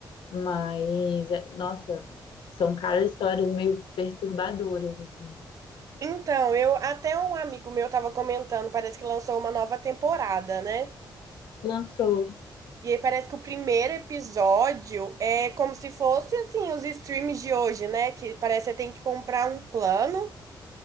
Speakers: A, on the left (about 85°); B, on the right (about 45°).
A: Mas, é- nossa, são, cara, histórias meio perturbadoras, assim.
B: Então, eu até um amigo meu tava comentando, parece que lançou uma nova temporada, né?
A: Lançou.
B: E aí parece que o primeiro episódio é como se fosse assim os streams de hoje, né? Que parece que você tem que comprar um plano